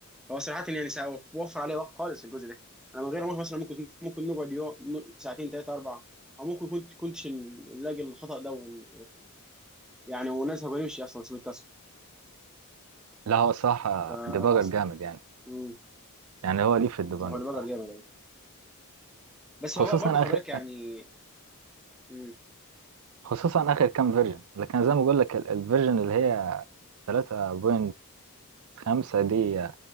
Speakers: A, in the centre; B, on the right.
A: هو صراحه يعني سا- وفر عليه وقت خالص الجزء ده انا من غير ما أروح مثلا ممكن ممكن نقعد يوم ساعتين ثلاثه اربعه او ممكن كنت كنتش نلاقي الخطا ده ون- ويعني ونذهب ونمشي اصلا سوى التاسك
B: لا هو صراحة
A: ف
B: ديباجر جامد يعني
A: مم.
B: يعني هو ليه في الديباج
A: يعني هو
B: بصراحة
A: اللي بقى جامد أوي. بس
B: خصوصا
A: هو بقى برضه
B: آخر
A: خلي بالك يعني مم.
B: خصوصا آخر كام فيرجن لكن زي ما بقول لك ال- الفيرجن اللي هي 3.5 دي